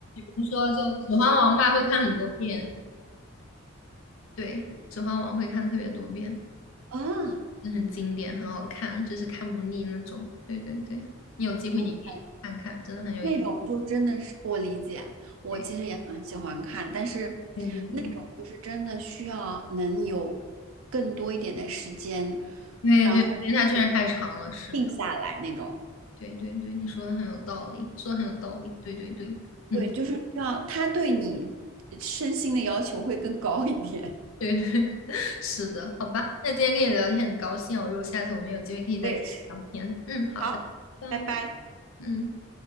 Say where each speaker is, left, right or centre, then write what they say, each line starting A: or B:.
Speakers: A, on the left; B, on the right.
A: 如说就《指环王》吧，会看很多遍。对，《指环王》会看特别多遍。
B: 啊，
A: 是很经典，很好看，就是看不腻那种。对对对，你有机会你可以看看，
B: 嗯
A: 真的很有意思。
B: 那种就真的是我理解，我其实也很喜欢看，
A: 对
B: 但是
A: 对对，
B: 就是真的需要能有更多一点的时间，
A: 对对，
B: 然后
A: 因为它确实太长了。是的，
B: 定下来那种。
A: 对对对，你说的很有道理，说的很有道理。对对对，嗯，
B: 对，就是需要他对你身心的要求会更高一点。
A: 对对，<laughs> 是的，好吧。那今天跟你聊天很高兴哦，如果下次我们有机会可以再聊天。
B: <laughs> 我也是。
A: 嗯，好的，
B: 好，
A: 拜。
B: 拜拜。
A: 嗯。